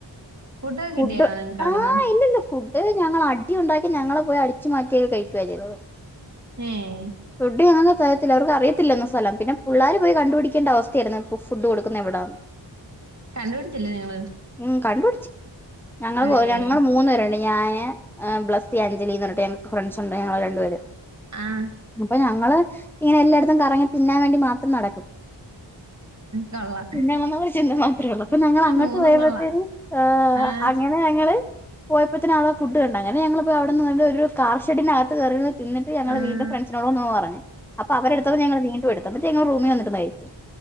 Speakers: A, on the right (about 35°); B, in the centre.
A: ഫുഡൊക്കെ
B: ഫുഡ്
A: കിട്ടിയായിരുന്നോ നിങ്ങക്ക് അവിടുന്ന്?
B: ആഹ് ഇല്ലല്ല ഫു അത് ഞങ്ങള് അടി ഉണ്ടാക്കി ഞങ്ങളെ പോയി അടിച്ചു മാറ്റിയൊക്കെ കഴിക്കോ ചെയ്തത്
A: ഏഹ്
B: ഫുഡ് ഞങ്ങക്ക് തരത്തില്ല അവർക്ക് അറിയത്തില്ല എന്ന സ്ഥലം പിന്നെ പുള്ളാര് പോയി കണ്ടുപിടിക്കേണ്ട അവസ്ഥായ്ര്ന്നു പ്പ ഫുഡ് കൊടുക്കുന്ന എവിടാണ്
A: കണ്ടുപിട്ച്ചില്ലേ നിങ്ങള്?
B: ഉം കണ്ടുപിട്ച്ച് ഞങ്ങള്
A: ഏയ്
B: ഞങ്ങള് മൂന്ന് പേരുണ്ടായി ഞാന്, ബ്ലസ്സി, അഞ്ജലിന്ന് ർഞ്ഞ്‌ട്ട് ഞങ്ങക്ക് ഫ്രണ്ട്സ് ഉണ്ട്. ഞങ്ങള് രണ്ടുപേരും
A: ആഹ്
B: അപ്പൊ ഞങ്ങള് ഇങ്ങനെ എല്ലാട്ത്തും കറങ്ങി തിന്നാൻ വേണ്ടി മാത്രം നടക്കും.
A: കൊള്ളാം.
B: തിന്നാ <unintelligible> ചിന്ത മാത്രേള്ളൂ ഞങ്ങള് അങ്ങട്ട്
A: മൂന്നും
B: പോയപ്പത്തേന്
A: കൊള്ളാം
B: <unintelligible>
A: ആഹ്
B: ഞങ്ങള് പോയപ്പത്തിന ആള ഫുഡ് കണ്ടു. അങ്ങനെ ഞങ്ങള് പോയി അവിടെന്ന് ഒരു കാർ ഷെഡ്ഢിനാ ത്ത് കേറിരുന്ന് തിന്നിട്ട് ഞങ്ങള്
A: ആഹ്
B: വീണ്ടും ഫ്രണ്ട്സിനോട് ഒന്ന് പറഞ്ഞു അപ്പോ അവരെടുത്തപ്പോ ഞങ്ങള് വീണ്ടും എടു ത്തപ്പത്തെ ഞങ്ങൾ റൂമി വന്നിട്ട് കഴിച്ച്